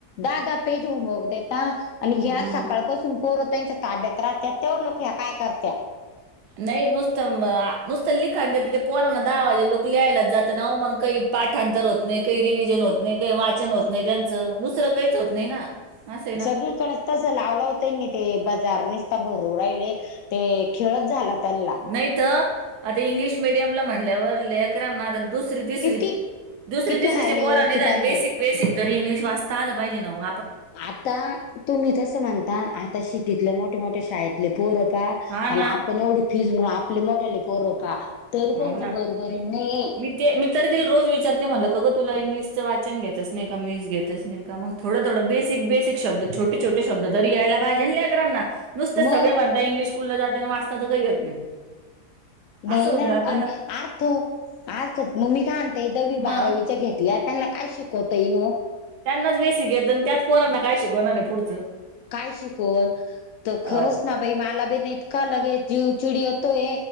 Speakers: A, on the left; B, on the right.
A: ददा पेज हुमरग देता आणि ज्या
B: हम्म
A: आ सकाळपासून पोरतच्या ताब्यात राहतात तेवा मग ह्या काय करत्या?
B: नाही नुसत नुसत लिखाण द तिथे पोरांना दहावाजे लोक लिहायलाच जात ना मग कइ. पाठांतर होत नाइ काइ रिव्हजन होत नाइ काइ वाचन होत नाही त्यांच दुसर काहीच होत नाही ना असं आहे ना
A: सगळीकड तस लावल होत ते बाजार नसता भरू राहिले ते खेळत झाला त्यांला.
B: नाहीत आता इंग्लिश मिडियमला म्हणल्यावर लेकरांना आता दुसरी तिसरी
A: किती
B: दुसरी
A: किती
B: तिसरीच्या
A: हाय
B: बोरा
A: लेवलची
B: निदान
A: पाहिजे
B: बेसिक बेसिक तरी इंग्लिश वाचता आल पाहिजे ना ओ
A: आता तुम्ही तस म्हणता आता शिटीतले मोठ्या मोठ्या शाळेतले पोर पा
B: हा ना
A: आण आपण एवढी फीजवर आपले मोठ्याले पोर पा तरी त्यांच्या
B: हो ना
A: बरोबर नइ.
B: मी ते मि तरी तील रोज विचारते म्हटल का ग तुला इंग्लिशच वाचन घेतच नाही का मीस घेतच नाही का मग थोड थोड बेसिक बेसिक शब्द छटे छोटे शब्द त यायला पाहिजे ना लकरानला. नुसत
A: मग
B: सगळे म्हणता इंग्लिश स्कूलला जाते ना वाचता तर काही येत नाही
A: नाही
B: अस होऊन
A: ना
B: जात.
A: आणि अर्थ अर्थात मग मी काय मी काय म्हणतेय दहावी
B: मग
A: बारावीच्या घेत त्यांना काय शिकवतायेईन ओ
B: त्यांनाच बेसीक येत आणि त्याच पोराना काय शिकवणारे पुढच
A: काय शिकवण त खरच
B: हो
A: ना मला बी ना इतका लगे चिव चिडी येतो ये